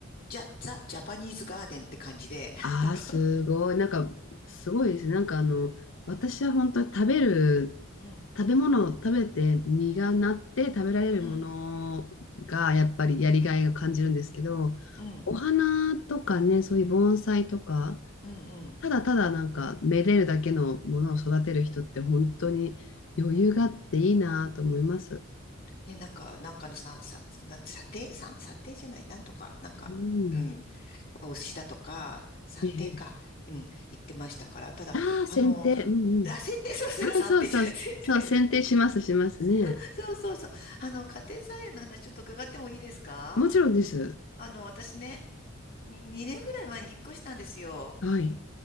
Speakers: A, on the left (about 45°); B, on the left (about 65°).
A: ジャ、ザ・ジャパニーズガーデンって感じで、
B: ああ、
A: <laughs> なんか、
B: すごい。なんか、すごいですね。なんかあの、私は本当に食べる
A: うん、
B: 食べ物を食べて実がなって食べられるものがやっぱりやりがいを感じるんですけど、
A: うん、うん、うん、うん、
B: お花とかね、そういう盆栽とか、
A: うん、うん。
B: ただただなんかめでるだけのものを育てる人って本当に余裕があっていいなと思います。
A: で、なんか、なんかのさ、さ、な、査定、さ、査定じゃない、なんとか、なんか、
B: うん。
A: うん。をしたとか、算定か、
B: ええ。
A: うん、言ってましたから、ただ、
B: ああ、剪定。
A: あの、
B: うんうん。
A: あ、剪定、そうですね算定じゃない、
B: ああ、そうそう、そう、
A: 剪定。
B: 剪定します、しますね。
A: <laughs> そうそうそう。あの、家庭菜園の話ちょっと伺ってもいいですか
B: もちろんです。
A: あの、私ね、に2、年ぐらい前に引っ越したんですよ。
B: はい。